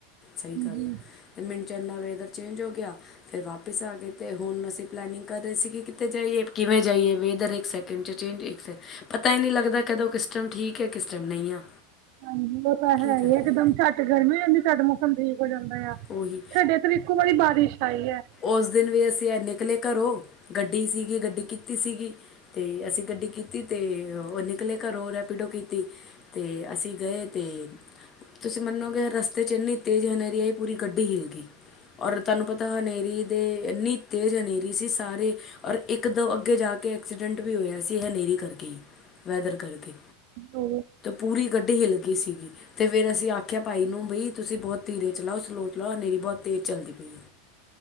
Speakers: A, on the left; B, on the right.
A: ਸਹੀ ਗੱਲ
B: ਜੀ
A: ਆ ਤੇ ਮਿੰਨ ਚੰ ਏਨਾ ਵੇਦਰ ਚੇਂਜ ਹੋ ਗਿਆ। ਫਿਰ ਵਾਪਿਸ ਆ ਗਏ ਤੇ ਹੁਣ ਅਸੀਂ ਪਲੈਨਿੰਗ ਕਰ ਰਹੇ ਸੀ ਕਿ ਕਿੱਥੇ ਜਾਈਏ? ਕਿਵੇਂ ਜਾਈਏ ਵੇਦਰ ਏਕ ਸੈਕਿੰਡ ਚ ਚੇਂਜ, ਏਕ ਸੈਕ ਪਤਾ ਈ ਨੀ ਲੱਗਦਾ ਕਦੋਂ ਕਿਸ ਟੈਮ ਠੀਕ ਐ, ਕਿਸ ਟੈਮ ਨਹੀਂ ਆ?
B: ਹਾਂਜੀ, ਉਹ ਤਾਂ
A: ਕੀ
B: ਹੈ ਹੀ
A: ਕਰੀਏ
B: ਇਕਦਮ ਝੱਟ ਗਰਮੀ ਹੋ ਜਾਂਦੀ, ਝੱਟ ਮੌਸਮ ਠੀਕ ਹੋ ਜਾਂਦਾ ਆ।
A: ਉਹੀ
B: ਸਾਡੇ ਏਧਰ ਇੱਕੋ ਵਾਰੀ ਬਾਰਿਸ਼ ਆਈ ਹੈ।
A: ਓਸ ਦਿਨ ਵੀ ਅਸੀਂ ਐ, ਨਿਕਲੇ ਘਰੋਂ ਗੱਡੀ ਸੀਗੀ, ਗੱਡੀ ਕੀਤੀ ਸੀਗੀ। ਤੇ ਅਸੀਂ ਗੱਡੀ ਕੀਤੀ ਤੇ ਉਹ ਨਿਕਲੇ ਘਰੋਂ ਰੈਪੀਡੋ ਕੀਤੀ ਤੇ ਅਸੀਂ ਗਏ। ਤੇ ਤੁਸੀਂ ਮੰਨੋਗੇ ਰਸਤੇ ਚ ਇੰਨੀ ਤੇਜ਼ ਹਨੇਰੀ ਆਈ, ਪੂਰੀ ਗੱਡੀ ਹਿੱਲ ਗਈ! ਔਰ ਤੁਹਾਨੂੰ ਪਤਾ ਹਨੇਰੀ ਦੇ ਇੰਨੀ ਤੇਜ਼ ਹਨੇਰੀ ਸੀ ਸਾਰੇ ਔਰ ਇੱਕ-ਦੋ ਅੱਗੇ ਜਾ ਕੇ ਐਕਸੀਡੈਂਟ ਵੀ ਹੋਇਆ ਸੀ ਹਨੇਰੀ ਕਰਕੇ ਵੈਦਰ ਕਰਕੇ।
B: ਨੌ
A: ਪੂਰੀ ਗੱਡੀ ਹੀ ਹਿੱਲ ਗਈ ਸੀ ਤੇ ਫਿਰ ਅਸੀਂ ਆਖਿਆ ਭਾਈ ਨੂੰ ਬਈ ਤੁਸੀਂ ਬਹੁਤ ਧੀਰੇ। ਚਲਾਓ ਸਲੋ ਚਲਾਓ ਹਨੇਰੀ ਬਹੁਤ ਤੇਜ਼ ਚਲਦੀ ਪਈ ਏ